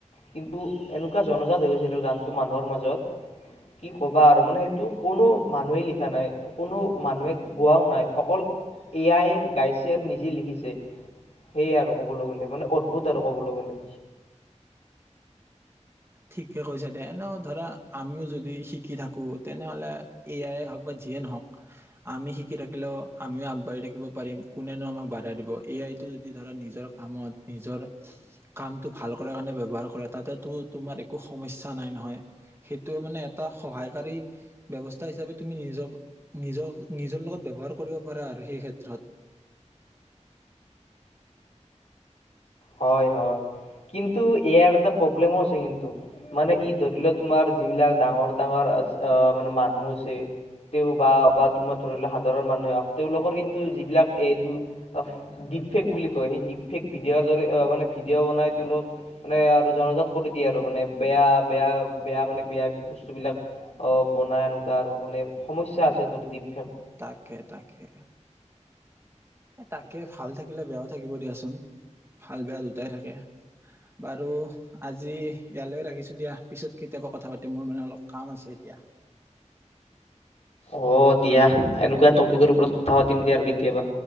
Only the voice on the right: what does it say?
ঠিকে কৈছে দে এনেও ধৰা আমিও যদি শিকি থাকো তেনেহলে এ আইয়ে হওঁক বা যিয়ে নহওক আমি শিকি থাকিলেও আমিও আগবাঢ়ি থাকিব পাৰিম কোনেনো আমাক বাধা দিব এ আইটো যদি ধৰা নিজৰ কামত নিজৰ কামটো ভাল কৰ কাৰণে ব্যৱহাৰ কৰে তাতেতো তোমাৰ একো সমস্যা নাই নহয় সেইটো মানে এটা সহায়কাৰী ব্যৱস্থা হিচাপে তুমি নিজক নিজৰ নিজৰ লগত ব্যৱহাৰ কৰিব পাৰা আৰু সেই ক্ষেত্ৰত
তাকে তাকে তাকে ভাল থাকিলে বেয়াও থাকিব দিয়াচোন ভাল বেয়া দুটাই থাকে বাৰু আজি ইয়ালৈকে ৰাখিছো দিয়া পিছত কেতিয়াবা কথা পাতি মোৰ মানে অলপ কাম আছে এতিয়া